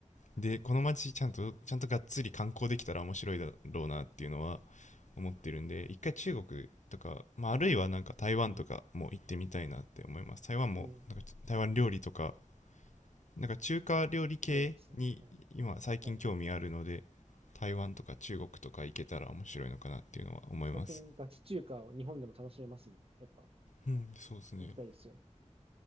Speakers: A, on the left; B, on the right.
A: でこの街ちゃんとちゃんとがっつり観光できたら面白いだろうなっていうのは思ってるんで一回中国とか、まあ、あるいはなんか台湾とかも行ってみたいなって思います台湾もなんか台湾料理とか
B: うん。
A: なんか中華料理系に今最近興味あるので
B: 料理ですね。はい。はい。
A: 台湾とか中国とか行けたら面白いのかなっていうのは思います
B: 最近ガチ中華を日本でも楽しめますもんね。やっぱ
A: うんそうですね
B: 行きたいですよね。